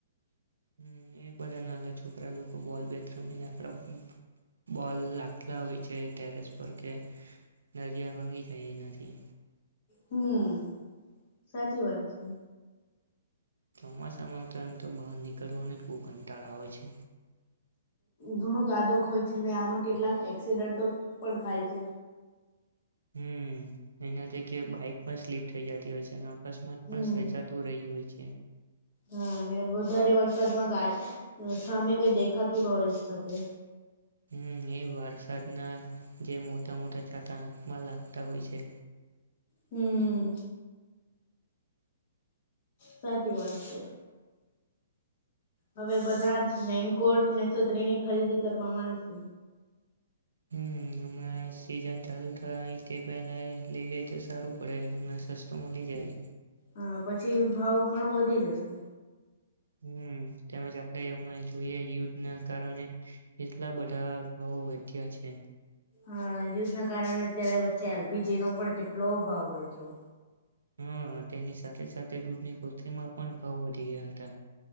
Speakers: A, on the right; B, on the left.
A: હમ્મ એ બધા નાના છોકરા લોકો બોલ બેથ રમીને આપણા બોલ લાગતા હોય છે ટેરેસ પર કે નરિયા ભંગી જાય એનાથી.
B: હમ્મ સાચી વાત છે.
A: ચોમાસામાં તો એમ તો બહાર નીકળવાનું જ બહુ કંટાળ આવે છે.
B: ઘણો કાદો હોય છે ને આમાં કેટલાક એક્સિડન્ટો પણ થાય છે.
A: હમ્મ એના લીધે બાઈક પણ સ્લીપ થઇ જતી હોય છે. અકસ્માત
B: હમ
A: પણ સર્જાતું રયુ હોય છે.
B: હા અને વધારે વરસાદમાં ગાય સામે કઈ દેખાતું ન હોય શકે.
A: હમ એ વરસાદના, જે મોટા મોટા છાતા આંકમાં લાગતા હોય છે.
B: હમ સાચી વાત છે. હવે બધા જ રેન કોર્ટ ને છત્રી એની ખરીદી કરવા માંડશે.
A: હમ હમણાં સીઝન ચાલુ થાય તે પહે લઈ લે તો સારું પડે હમણાં સસ્તો મળી જાય.
B: હા પછી ભાવ ઘણો વધી જશે.
A: હમ તેમજ આપડે જોઈ યુદ્ધ ના કારણે, કેટલા બધા ભાવો વધ્યા છે.
B: હા યુધ ના કારણે અત્યારે વચ્ચે એલ પી જી નો પણ કેટલો ભાવ વધ્યો.
A: હા તેની સાથે સાથે દૂધની કોથળીમાં પણ ભાવ વધી ગયા હતા.